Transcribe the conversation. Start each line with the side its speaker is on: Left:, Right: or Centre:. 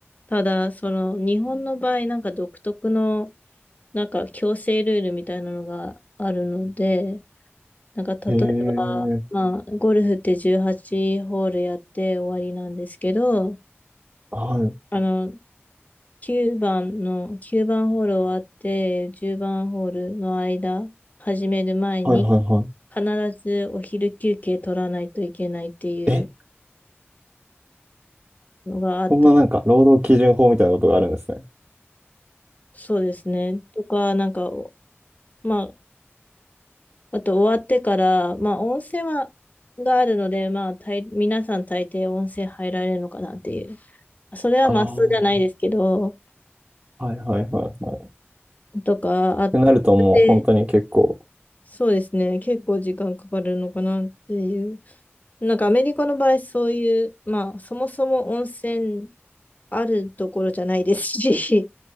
Left: ただ、その日本の場合、なんか独特のなんか強制ルールみたいなのがあるので、なんか例えば、
Right: い。へえ、
Left: まあ、ゴルフって18ホールやって終わりなんですけど、
Right: はい、
Left: あの、9番の、9番ホール終わって10番ホールの間、始める前に、
Right: はい、はい、は
Left: 必ずお昼休憩取らないといけないっていう
Right: い。え、
Left: のがあった。
Right: こんななんか、労働基準法みたいなことがあるんですね。
Left: そうですね。とか、なんか、まあ、あと終わってから、まあ温泉は、があるので、まあ大皆さん大抵温泉入られるのかなっていう。それはマスじゃないですけど、
Right: ああ、はい、はい、はい、はい。っ
Left: とかあって、
Right: てなるともう本当に結構、
Left: で、そうですね、結構時間かかるのかなっていう。なんかアメリカの場合、そういう、まあそもそも温泉あるところじゃないですし、